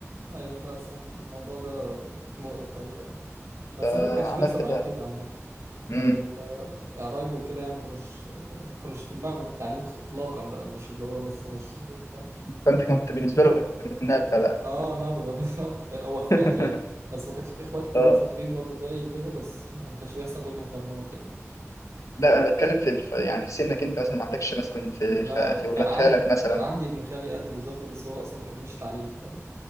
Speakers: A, on the right (about 75°); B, on the left (about 80°).
A: ايوه لا صح الموضوع ده مقرف قوي يعني بس
B: فعملت
A: انا ما كانش بيحصل معايا
B: بقى
A: كده عامه لان
B: امم
A: ال- يعني قرايبي وكده يعني ما كانوش ما كانوش في دماغهم التعليم خ- اطلاقا بقى مش اللي هو نص نص فاهم؟
B: فانت كنت بالنسبه له النابغه بقى
A: اه نبغى <laughs> بالظبط كده. هو اخوات
B: <laughs>
A: يعني بس ما كانش اخوات كلهم
B: اه
A: شاطرين برضو زيي وكده بس ما كانش بيحصل بينهم مقارنات يعني
B: لا انا بتكلم في الف... يعني في سنك انت مثلا ما عندكش مثلا في
A: لا
B: خ... في ولاد
A: كان عندي
B: خالك مثلا
A: كان عندي ابن خالي قدي بالظبط بس هو اصلا ما كملش تعليمه فاهم